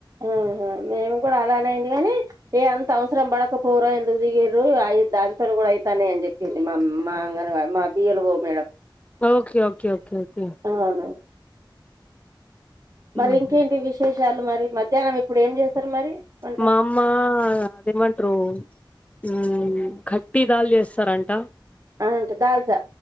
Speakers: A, on the right; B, on the left.
A: ఆహా మేము కూడా అలానేయింది గాని ఏ అంత అవసరం బాడకపోవురా ఎందుకు దిగిరు అయి దాంతో గూడా అయితన్నయి అన్ చెప్ప మా మా అంగన్వా మా బీ ల్ ఒ madam
B: okay okay okay okay
A: అవును మరి
B: ఆహా.
A: ఇంకేంటి విశేషాలు మరి మ మధ్యానం ఇప్పుడు ఏం చేస్తారు మరి వంట
B: మా అమ్మ అదేమంట్రూ ఉమ్ కట్టి దాల్ చేస్తారంట
A: అవునంటా దాల్సా